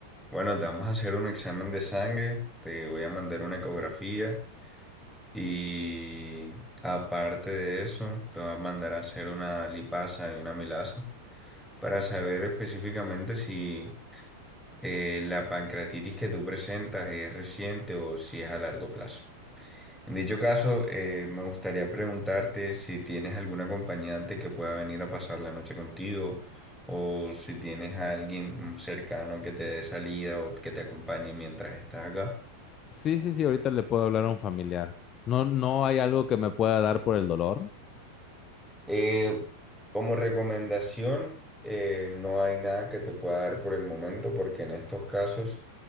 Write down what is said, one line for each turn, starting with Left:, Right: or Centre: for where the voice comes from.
Centre: Bueno, te vamos a hacer un examen de sangre, te voy a mandar una ecografía y aparte de eso, te voy a mandar a hacer una lipasa y una milasa para saber específicamente si eh, la pancreatitis que tú presentas es reciente o si es a largo plazo. En dicho caso, eh, me gustaría preguntarte si tienes algún acompañante que pueda venir a pasar la noche contigo o si tienes a alguien cercano que te dé salida o que te acompañe mientras estás acá.
Left: Sí, sí, sí, ahorita le puedo hablar a un familiar. No, no hay algo que me pueda dar por el dolor.
Centre: Eh, como recomendación, eh, no hay nada que te pueda dar por el momento, porque en estos casos,